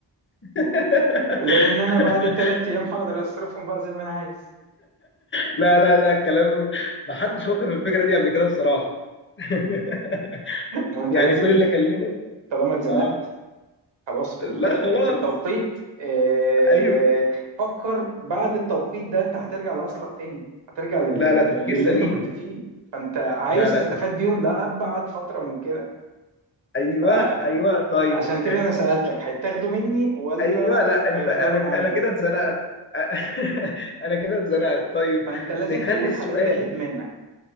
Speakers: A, on the left; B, on the right.
A: <laughs>
B: لان انا بعد الثلاث ايام هقدر اصرفهم بقى زي ما انا عايز
A: لا لا لا الكلام ما حدش فكر في الفكره دي قبل كده بصراحه <laughs>
B: ما انت
A: يعني
B: لازم
A: كل اللي اكلمه
B: طالما اتزنقت
A: اه
B: خلاص في ال-
A: لا
B: آه،
A: خلاص
B: في التوقيت آه،
A: ايوه
B: فكر بعد التوقيت ده انت هترجع لاصلك تاني هترجع لل-
A: لا
B: لل-
A: لا تفكير
B: للي
A: سليم
B: انت كنت فيه فانت عايز
A: لا لا
B: تستفاد
A: تف...
B: بيهم لأبعد فترة ممكنة
A: ايوه
B: فعشان
A: ايوه طيب
B: كده انا سألتك هيتاخدوا مني ولا
A: ايوه لا انت
B: هيفضلوا
A: انا
B: معايا
A: انا كده اتزنقت <laughs> انا كده اتزنقت طيب
B: فانت لازم
A: نخلي
B: تقول
A: السؤال
B: هتتاخد منك